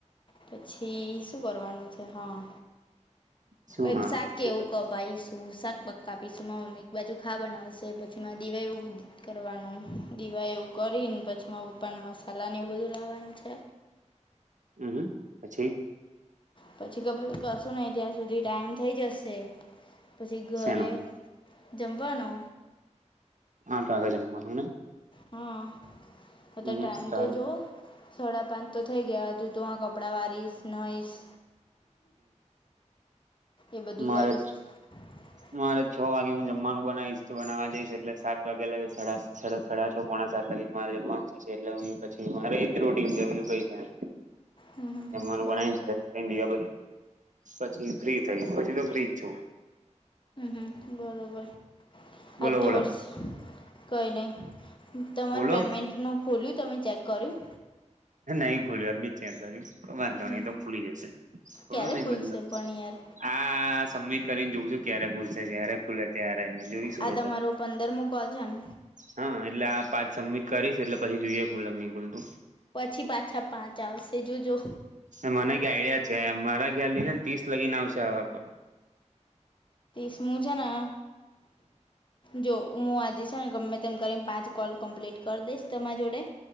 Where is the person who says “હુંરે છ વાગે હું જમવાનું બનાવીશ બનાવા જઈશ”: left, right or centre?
Right